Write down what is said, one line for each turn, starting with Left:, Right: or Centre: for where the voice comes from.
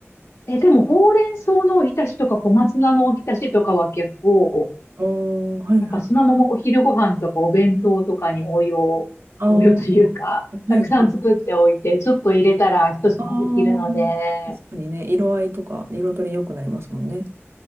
Left: え、でもほうれん草のおひたしとか小松菜のおひたしとかは結構、
Right: おー、はいはい。
Left: なんかそのままお昼ご飯とかお弁当とかに応用、<laughs>
Right: あー、
Left: 応用というか、
Right: はいはい。
Left: たくさん作っておいて、ちょっと入れたら一品できるので、
Right: あー、確かにね、色合いとか彩り良くなりますもんね。